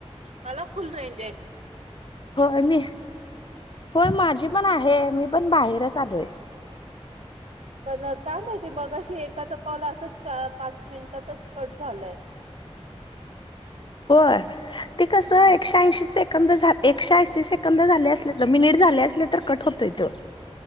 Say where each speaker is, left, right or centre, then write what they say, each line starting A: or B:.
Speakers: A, on the right; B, on the left.
A: मला फुल रेंज आहे.
B: होय मी, होय माझी पण आहे. मी पण बाहेरच आलोय.
A: पण काय माहिती, मघाशी एकाचा कॉल असांच पाच मिनिटातच कट झालंय.
B: होय. ते कसं
A: हा
B: एकशे ऐंशीच सेकंद सेकंद, एकशे ऐंशी सेकंद झाले असले तर मिनिट झाले असले तर कट होतो त्यो.